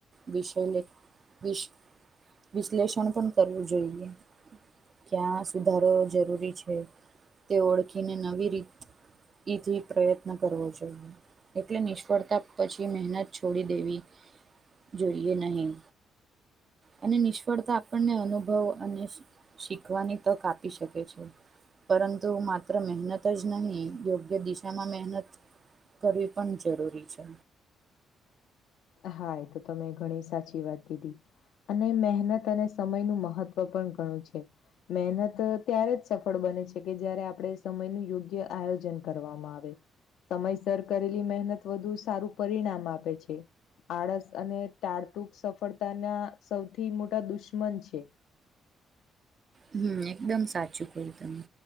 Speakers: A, on the right; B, on the left.
A: વિષય લે વિસ વિશ્લેષણ પણ કરવું જોઈએ. ક્યાં સુધારો જરૂરી છે તે ઓળખીને નવી રીત. એથી પ્રયત્ન કરવો જોઈએ. એટલે નિષ્ફળતા પછી મહેનત છોડી દેવી. જોઈએ નહી અને નિષ્ફળતા આપણને અનુભવ અને. શીખવાની તક આપી શકે છે. પરંતુ માત્ર મહેનત જ નહી. યોગ્ય દિશામાં મહેનત કરવી પણ જરૂરી છે.
B: હા એ તો તમે ઘણી સાચી વાત કીધી. અને મહેનત અને સમયનું મહત્વ પણ ઘણું છે. મહેનત ત્યારે જ સફળ બને છે કે જયારે આપણે સમયનું યોગ્ય આયોજન કરવામાં આવે. સમયસર કરેલી મહેનત વધુ સારૂ પરિણામ આપે છે. આળસ અને તારતુક સફળતાના સૌથી મોટા દુશ્મન છે.
A: હુ એકદમ સાચું કહયુ તમે